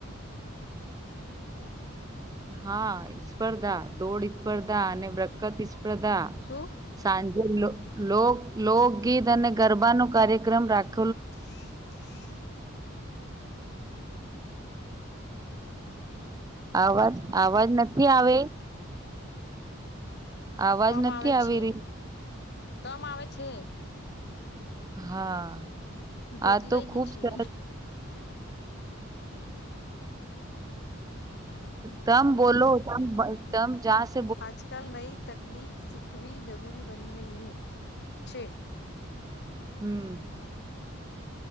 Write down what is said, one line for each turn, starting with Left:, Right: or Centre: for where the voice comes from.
Right: હા, સ્પર્ધા દોડ સ્પર્ધા અને વ્રકતી સ્પ્રધા
Left: શું?
Right: સાંજે લો લોક લોકગીત અને ગરબાનું કાર્યક્રમ રાખે.
Left: <inaudible>
Right: આવાજ આવાજ નથી આવે. આવાજ
Left: કમ
Right: નથી
Left: આવે
Right: આવી
Left: છે
Right: રહી.
Left: કમ આવે છે
Right: હા,
Left: ગોતલાઈ
Right: આ તો ખૂબ
Left: ગઈ છે
Right: સરસ તમ બોલો તમ તમ જાચ
Left: આજકાલ નઈ તકનીક શીખવી જરૂરી બની ગઈ હૈ છે.
Right: હમ,